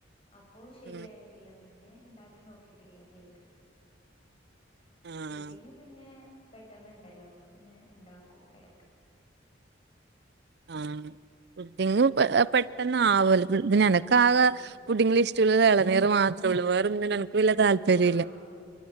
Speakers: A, on the left (about 30°); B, on the right (about 60°).
A: അപ്പോ ശരിയായ
B: ഉം
A: തില്ല പിന്നെ ഇണ്ടാക്കി നോക്കിയിട്ടില്ല കേക്ക്
B: ആഹ്
A: പുഡിങ്ങ് പിന്നെ പെട്ടെന്ന്ണ്ടല്ലോ, അപ്പൊ പിന്നെ ഇണ്ടാക്കും എടക്ക്.
B: ആഹ് പുഡ്ഢിങ് പെട്ടെന്ന് ആവൊല്ലോ. പിന്നെ എനക്ക് ആകെ പുഡിങ്ല് ഇഷ്ടഉള്ളത് എളനീറ് മാത്രേ ഒള്ളൂ. വേറൊന്നിനോടും എനക്ക് വല്ല്യെ താൽ പര്യ
A: ആഹ്
B: ഇല്ല